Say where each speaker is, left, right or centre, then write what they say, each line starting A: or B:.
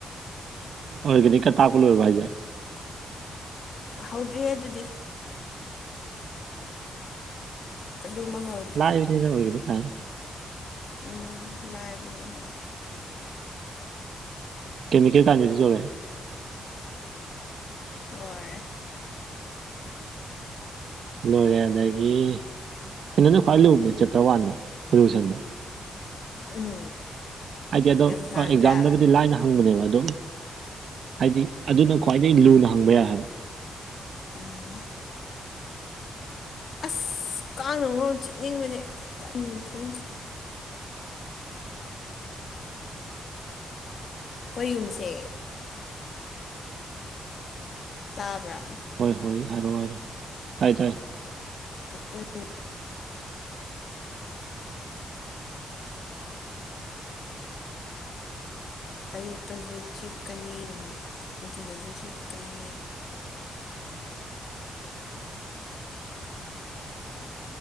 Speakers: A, on the right; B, on the left.
A: ꯑꯣꯔꯒꯦꯅꯤꯛꯀ ꯇꯥꯄ ꯂꯣꯏꯔꯥꯕꯤ ꯍꯥꯏꯁꯦ
B: ꯍꯧꯗ꯭ꯔꯤꯍꯦ ꯑꯗꯨꯗꯤ ꯑꯗꯨ ꯃꯥ ꯍꯧ
A: ꯂꯥꯏꯕꯅꯤꯗ ꯑꯣꯏꯔꯒꯅꯤ ꯀꯥꯏ
B: ꯎꯝ ꯂꯥꯏꯕꯅꯤ ꯍꯣꯏ
A: ꯀꯦꯃꯤꯀꯦꯜ ꯀꯥꯟꯗꯁꯤ ꯌꯧꯔꯦ
B: ꯂꯣꯏꯔꯦ
A: ꯂꯣꯏꯔꯦ ꯑꯗꯒꯤ ꯀꯩꯅꯣꯅ ꯈ꯭ꯋꯥꯏ ꯂꯨꯕꯅꯦ ꯆꯦꯞꯇꯔ ꯋꯥꯟꯗꯣ ꯁꯣꯂꯨꯁꯟꯗꯣ
B: ꯎꯝ
A: ꯍꯥꯏꯗꯤ ꯑꯗꯣ
B: ꯌꯥꯝ ꯁꯥꯡꯗ꯭ꯔꯥ
A: ꯑꯦꯛꯖꯥꯝꯗꯕꯨꯗꯤ ꯂꯥꯏꯅ ꯍꯪꯕꯅꯦꯕ ꯑꯣ ꯍꯥꯏꯗꯤ ꯑꯗꯨꯅ ꯈ꯭ꯋꯥꯏꯗꯒꯤ ꯂꯨꯅ ꯍꯪꯕ ꯌꯥꯏ ꯍꯥꯏꯕ
B: ꯎꯝ ꯑꯁ ꯀꯥꯟꯅꯣ ꯆꯤꯛꯅꯤꯡꯕꯅꯦ ꯀꯔꯤꯅꯣ ꯈꯪꯗꯦ ꯑꯩꯈꯣꯏ ꯌꯨꯝꯁꯦ ꯇꯥꯕ꯭ꯔꯥ
A: ꯍꯣꯏ ꯍꯣꯏ ꯍꯥꯏꯔꯣ ꯍꯥꯏꯔ ꯇꯥꯏ ꯇꯥꯏ
B: ꯄꯨ ꯑꯌꯨꯛꯇꯁꯨ ꯆꯤꯛꯀꯅꯤ ꯅꯨꯡꯊꯤꯜꯗꯁꯨ ꯆꯤꯛꯀꯅꯤ